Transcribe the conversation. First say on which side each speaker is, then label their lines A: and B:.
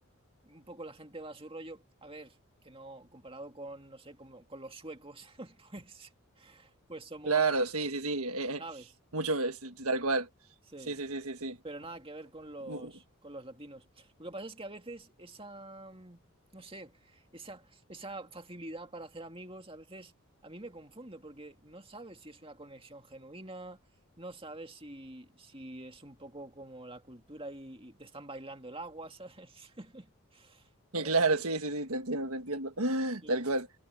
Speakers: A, on the right (about 25°); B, on the right (about 85°).
A: un poco la gente va a su rollo. A ver, que no, comparado con, no sé, como con los suecos, <laughs> pues, pues somos,
B: claro, sí, sí, sí, eh, eh,
A: ¿sabes?
B: mucho, es tal cual.
A: Sí.
B: Sí, sí, sí, sí, sí.
A: pero nada que ver con los,
B: Mu-
A: con los latinos. Lo que pasa es que a veces esa, mm, no sé, esa, esa facilidad para hacer amigos, a veces a mí me confunde porque no sabes si es una conexión genuina, no sabes si, si es un poco como la cultura y, y te están bailando el agua, ¿sabes? <laughs>
B: <laughs> y
A: Ah,
B: claro, sí, sí, sí, te entiendo, te entiendo, <laughs>
A: Sí,
B: tal cual.